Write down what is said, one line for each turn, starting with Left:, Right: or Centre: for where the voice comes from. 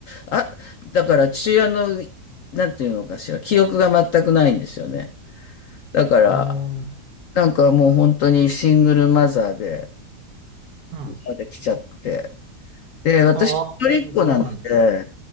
Left: あ、だから父親の、なんていうのかしら、記憶が全くないんですよね。だから、
Right: ーん。
Left: なんかもう本当にシングルマザーで、
Right: うん。あ
Left: まで来ちゃって、で、私、
Right: あ、
Left: 一人っ子なので、
Right: そうなんです。